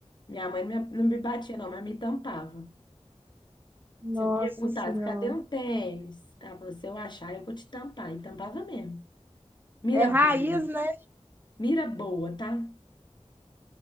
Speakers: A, on the left; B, on the right.
A: minha mãe não me não me batia, não, mas me tampava.
B: nossa
A: Se eu perguntasse,
B: Senhora.
A: cadê um tênis? Ela falou, se eu achar, eu vou te tampar. E tampava mesmo. Mira
B: é raiz,
A: boa.
B: né?
A: Mira boa, tá?